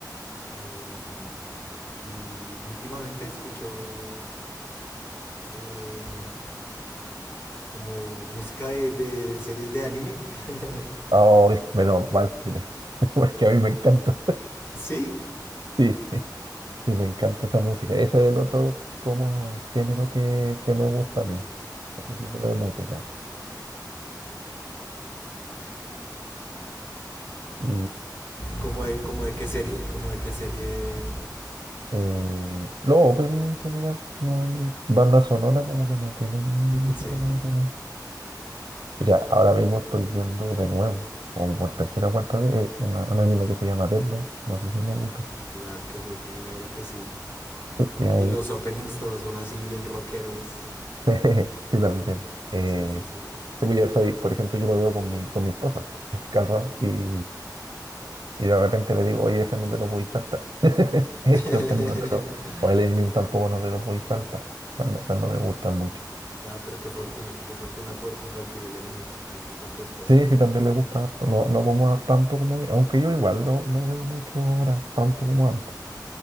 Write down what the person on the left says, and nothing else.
eh, y últimamente escucho eh, como música de, de series de anime. <laughs>
sí,
como de, como de qué serie, como de qué serie.
<laughs> sí,
claro que lo, claro que sí.
Y los openings todos son así bien rockeros.
Sí, sí, sí.
<laughs>
Ah, pero qué fortuna, qué fortuna poder compartir el anime con tu, con tu esposa.